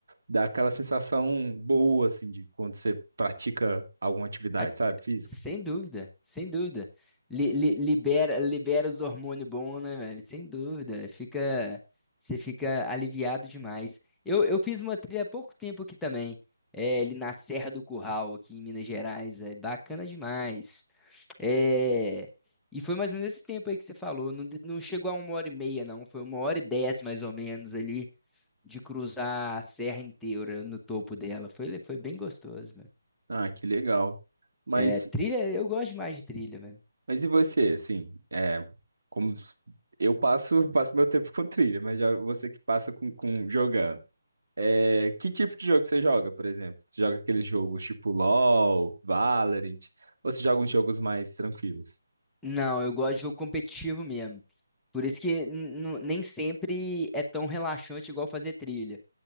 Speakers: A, on the right (about 65°); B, in the centre.
A: dá aquela sensação boa, assim, de quando você pratica alguma atividade,
B: A-
A: sabe, física.
B: sem dúvida, sem dúvida. Li- li- libera, libera os hormônios bons, né, velho? Sem dúvida. Fica, você fica aliviado demais. Eu, eu fiz uma trilha há pouco tempo aqui também. É, ali na Serra do Curral, aqui em Minas Gerais. É bacana demais. É, e foi mais ou menos esse tempo aí que você falou. Não, de- não chegou a uma hora e meia, não. Foi uma hora e dez, mais ou menos, ali. de cruzar a serra inteira no topo dela. Foi, le- foi bem gostoso, mano.
A: Ah, que legal. Mas,
B: É, trilha, eu gosto demais de trilha, mano.
A: mas e você, assim, é, como eu passo, <laughs> passo meu tempo com trilha, mas já você que passa com, com jogando. É, que tipo de jogo que você joga, por exemplo? Você joga aqueles jogos tipo LoL, Valorant, ou você joga uns jogos mais tranquilos?
B: Não, eu gosto de jogo competitivo mesmo. Por isso que n- n- nem sempre é tão relaxante igual fazer trilha.